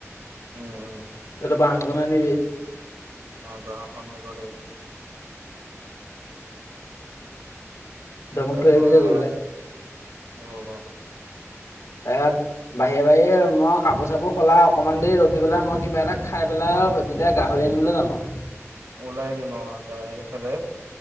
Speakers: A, on the right; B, on the left.
A: উম, উম,
B: তইতো বাহনখন আনিবি।
A: অহ, বাহখন নিব লাগিব।
B: তই মোক
A: তাৰপৰা
B: থৈ আহিবিগৈ গৈ পেলাই
A: ৰব
B: তাৰছত বাহিৰে -বাহিৰে মই কাপোৰ -চাপোৰ সলাই অকমান দেৰি ৰখি পেলাই মই কিবা এটা খাই পেলাই দুইটাই গাহৰি আনিবলৈ যাম আওঁ।
A: ওলাই দিম অ', এইফালে